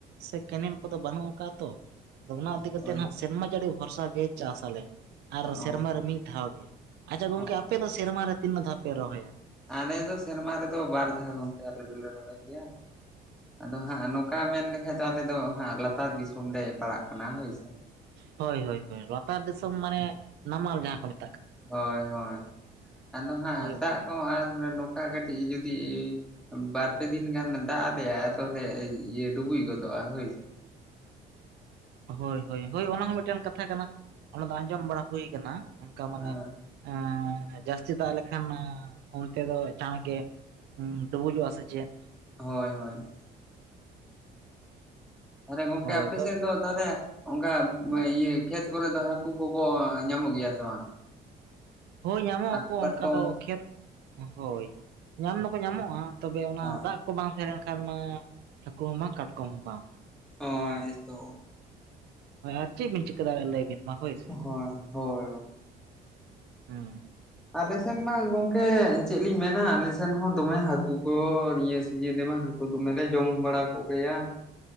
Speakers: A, on the right; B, in the centre.
A: ᱥᱮ ᱠᱮᱱᱮᱞ ᱠᱚᱫᱚ ᱵᱟᱹᱱᱩᱜ ᱠᱟ ᱛᱚ ᱟᱫᱚ ᱚᱱᱟ ᱤᱫᱤ ᱠᱟᱛᱮᱜ
B: ᱦᱳᱭ
A: ᱦᱟᱸᱜ ᱥᱮᱨᱢᱟ ᱡᱟᱹᱲᱤ ᱵᱷᱚᱨᱥᱟ ᱜᱮ ᱪᱟᱥ ᱟᱞᱮ ᱾ ᱟᱨ
B: ᱚ
A: ᱥᱮᱨᱢᱟ ᱨᱮ ᱢᱤᱫ ᱫᱷᱟᱣ ᱜᱮ, ᱟᱪᱪᱷᱟ ᱜᱚᱝᱠᱮ
B: ᱚ
A: ᱟᱯᱮ ᱫᱚ ᱥᱮᱨᱢᱟ ᱨᱮ ᱛᱤᱱᱟᱹᱜ ᱫᱷᱟᱣ ᱯᱮ ᱨᱚᱦᱚᱭᱟ?
B: ᱟᱞᱮ ᱫᱚ ᱥᱮᱨᱢᱟ ᱨᱮᱫᱚ ᱵᱟᱨ ᱫᱷᱟᱣ ᱜᱚᱢᱠᱮ ᱟᱞᱮ ᱫᱚᱞᱮ ᱨᱚᱦᱚᱭ ᱜᱮᱭᱟ ᱾ ᱟᱫᱚ ᱦᱟᱸᱜ ᱱᱚᱠᱟ ᱢᱮᱱ ᱞᱮᱠᱷᱟᱡ ᱫᱚ ᱟᱞᱮ ᱫᱚ ᱦᱟᱸᱜ ᱞᱟᱛᱟᱨ ᱫᱤᱥᱚᱢ ᱞᱮ ᱯᱟᱲᱟᱜ ᱠᱟᱱᱟ ᱦᱳᱭ ᱥᱮ ᱾
A: ᱦᱳᱭ ᱦᱳᱭ ᱦᱳᱭ ᱞᱟᱛᱟᱨ ᱫᱤᱥᱚᱢ ᱢᱟᱱᱮ ᱱᱟᱢᱟᱞ ᱡᱟᱦᱟᱸ ᱠᱚ ᱢᱮ
B: ᱦᱳᱭ ᱦᱳᱭ ᱟᱫᱚ ᱦᱟᱸᱜ
A: ᱦᱳᱭ
B: ᱫᱟᱜ ᱠᱚ ᱟᱨ ᱱᱚᱠᱟ ᱠᱟᱹᱴᱤᱡ ᱡᱩᱫᱤ ᱵᱟᱨ-ᱯᱮ ᱫᱤᱱ ᱜᱟᱱ ᱫᱟᱜ ᱟᱞᱮᱭᱟ ᱟᱫᱚ ᱞᱮ ᱤᱭᱟᱹ ᱰᱩᱵᱩᱡ ᱜᱚᱫᱚᱜᱼᱟ ᱦᱳᱭ ᱥᱮ ᱾
A: ᱦᱳᱭ ᱦᱳᱭ ᱦᱳᱭ ᱚᱱᱟ ᱦᱚᱸ ᱢᱤᱫᱴᱮᱱ ᱠᱟᱛᱷᱟ ᱠᱟᱱᱟ ᱚᱱᱟ ᱫᱚ ᱟᱸᱡᱚᱢ ᱵᱟᱲᱟ ᱦᱳᱭ ᱠᱟᱱᱟ ᱚᱱᱠᱟ ᱢᱟᱱᱮ
B: ᱦᱮᱸ
A: ᱮᱸ ᱡᱟᱹᱥᱛᱤ ᱫᱟᱜ ᱞᱮᱠᱷᱟᱱ ᱮᱸ ᱚᱱᱛᱮ ᱫᱚ ᱪᱟᱬ ᱜᱮ ᱦᱩᱸ ᱰᱩᱵᱩᱡᱚᱜᱼᱟ ᱥᱮ ᱪᱮᱫ?
B: ᱦᱮᱸ-ᱦᱮᱸ ᱾ ᱟᱨ ᱜᱚᱝᱠᱮ
A: ᱦᱳᱭ
B: ᱟᱯᱮ
A: ᱛᱚ
B: ᱥᱮᱱ ᱫᱚ ᱛᱮᱨᱮ ᱚᱱᱠᱟ ᱤᱭᱟᱹ ᱠᱷᱮᱛ ᱠᱚᱨᱮ ᱫᱚ ᱦᱟᱹᱠᱩ ᱠᱚᱠᱚ ᱧᱟᱢᱚᱜ ᱜᱮᱭᱟ ᱥᱮ ᱵᱟᱝ?
A: ᱦᱳᱭ ᱧᱟᱢᱚᱜ
B: ᱦᱟᱹᱠᱩ
A: ᱟᱠᱚ
B: ᱠᱟᱴᱠᱚᱢ
A: ᱚᱱᱠᱟ ᱫᱚ ᱠᱷᱮᱛ ᱦᱳᱭ ᱧᱟᱢ ᱫᱚᱠᱚ ᱧᱟᱢᱚᱜᱼᱟ ᱾ ᱛᱚᱵᱮ ᱚᱱᱟ
B: ᱦᱮᱸ
A: ᱫᱟᱜ ᱠᱚ ᱵᱟᱝ ᱛᱟᱦᱮᱸ ᱞᱮᱱᱠᱷᱟᱱ ᱢᱟ ᱦᱟᱹᱠᱩ ᱦᱚᱸ ᱵᱟᱝ ᱠᱟᱴᱠᱚᱢ ᱦᱚᱸ ᱵᱟᱝ ᱾
B: ᱚᱸ ᱮᱛᱚ
A: ᱦᱳᱸ ᱟᱨ ᱪᱮᱜ ᱵᱮᱱ ᱪᱤᱠᱟᱹ ᱵᱟᱲᱟᱭᱟ ᱞᱟᱹᱭ ᱵᱤᱱ ᱢᱟ ᱦᱳᱭ ᱥᱮ?
B: ᱦᱚᱝ ᱦᱳᱭ ᱾
A: ᱦᱩᱸ ᱾
B: ᱟᱞᱮ ᱥᱮᱱ ᱢᱟ ᱜᱚᱝᱠᱮ ᱪᱮᱫ ᱞᱤᱧ ᱢᱮᱱᱟ ᱟᱞᱮ ᱥᱮᱱ ᱦᱚᱸ ᱫᱚᱢᱮ ᱦᱟᱹᱠᱩ ᱠᱚ ᱱᱤᱭᱟᱹ ᱥᱤᱡᱤᱱ ᱨᱮᱢᱟ ᱦᱟᱹ ᱠᱩ ᱫᱚᱢᱮ ᱞᱮ ᱡᱚᱢ ᱵᱟᱲᱟ ᱠᱚᱜᱮᱭᱟ